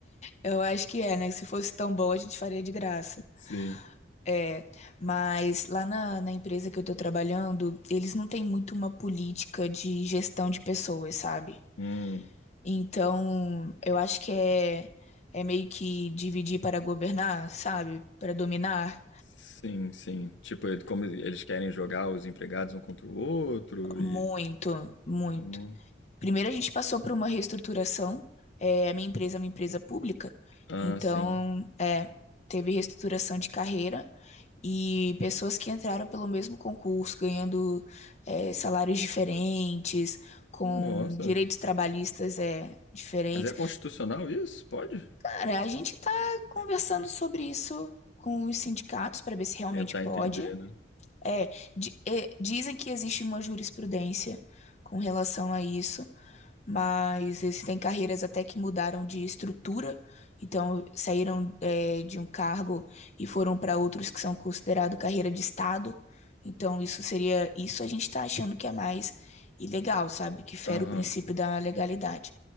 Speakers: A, on the left; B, on the left.
A: Eu acho que é, né? Se fosse tão bom, a gente faria de graça.
B: <laughs> Sim.
A: É, mas lá na, na empresa que eu tô trabalhando, eles não têm muito uma política de gestão de pessoas, sabe?
B: Hum,
A: Então, eu acho que é, é meio que dividir para governar, sabe? Para dominar.
B: sim, sim. Tipo, ele- como eles querem jogar os empregados um contra o outro
A: Muito,
B: e.
A: muito.
B: Hum,
A: Primeiro a gente passou por uma reestruturação, é, a minha empresa é uma empresa pública,
B: ah,
A: então
B: sim.
A: é, teve reestruturação de carreira e pessoas que entraram pelo mesmo concurso, ganhando é, salários diferentes, com
B: Nossa,
A: direitos trabalhistas é, diferentes.
B: mas é constitucional isso? Pode?
A: Cara, a gente tá conversando sobre isso com os sindicatos para ver se realmente
B: Tentar
A: pode.
B: entender, né?
A: É, di- é, dizem que existe uma jurisprudência com relação a isso mas existem carreiras até que mudaram de estrutura, então saíram é, de um cargo e foram para outros que são considerados carreira de Estado. Então isso seria. Isso a gente está achando que é mais ilegal, sabe? Que fere
B: Aham.
A: o princípio da legalidade.